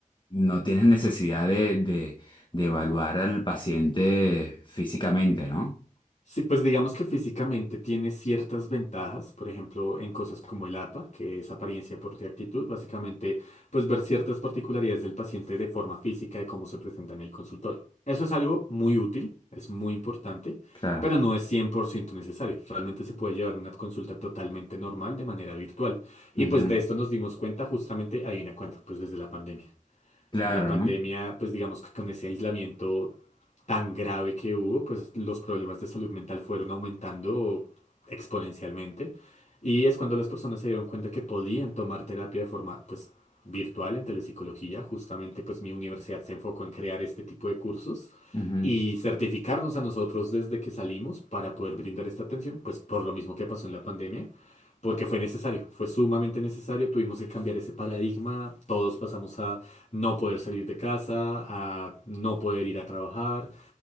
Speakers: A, on the left; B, on the left.
A: no tienes necesidad de, de- de evaluar al paciente físicamente, ¿no?
B: Sí, pues digamos que físicamente tiene ciertas ventajas, por ejemplo, en cosas como el APA, que es apariencia, porte y actitud, básicamente, pues ver ciertas particularidades del paciente de forma física de cómo se presenta en el consultorio. Eso es algo muy útil, es muy importante,
A: Claro.
B: pero no es 100% necesario. Realmente se puede llevar una consulta totalmente normal de manera virtual. Y
A: Ujú.
B: pues de esto nos dimos cuenta justamente, ahí una cuenta, pues desde la pandemia.
A: Claro,
B: En la pandemia,
A: ¿no?
B: pues digamos que con ese aislamiento tan grave que hubo, pues los problemas de salud mental fueron aumentando exponencialmente. Y es cuando las personas se dieron cuenta que podían tomar terapia de forma, pues, virtual en telepsicología. Justamente, pues, mi universidad se enfocó en crear este tipo de cursos
A: Ujú.
B: y certificarnos a nosotros desde que salimos para poder brindar esta atención, pues, por lo mismo que pasó en la pandemia. Porque fue necesario, fue sumamente necesario, tuvimos que cambiar ese paradigma, todos pasamos a no poder salir de casa, a no poder ir a trabajar.